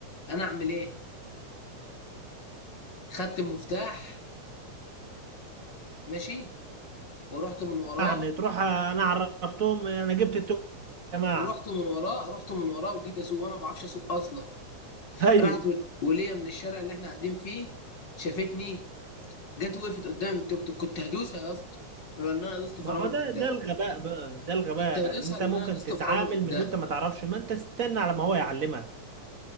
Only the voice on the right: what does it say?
يعني تروح انا عرفتهم انا جبت التوك يا جماعه
ايوه
ما
هو ده
ده الغباء بقى ده الغباء
انت
ممكن
تتعامل
من وانت ما تعرفش ما انت استنى على ما هو يعلمك